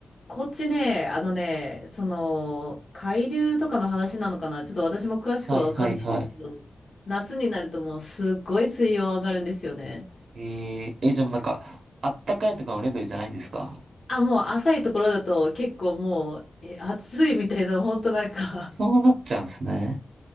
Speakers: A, on the left (about 45°); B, on the right (about 80°).
A: こっちね、あのね、その、海流とかの話なのかなちょっと私も詳しくはわかんないんですけど、
B: はいはいはい。
A: 夏になるともうすっごい水温上がるんですよね。
B: えええ、じゃあもうなんか、あったかいとかのレベルじゃないんですか
A: あ、もう浅いところだと結構もう、え、暑いみたいな、本当なんか
B: そうなっちゃうんですね。